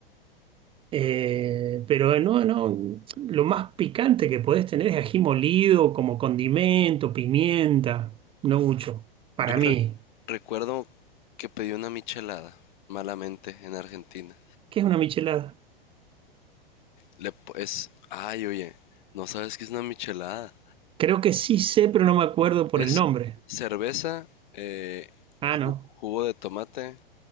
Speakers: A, on the right (about 20°); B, on the left (about 55°).
A: Eh, pero no, no, lo más picante que podés tener es ají molido como condimento, pimienta, no mucho. Para
B: Yo
A: mí,
B: re- recuerdo que pedí una michelada, malamente, en Argentina.
A: ¿qué es una michelada?
B: Le, po- es, ay, oye, ¿no sabes qué es una michelada?
A: Creo que sí sé, pero no me acuerdo por
B: Es
A: el nombre.
B: cerveza, eh,
A: Ah,
B: ju-
A: no.
B: jugo de tomate,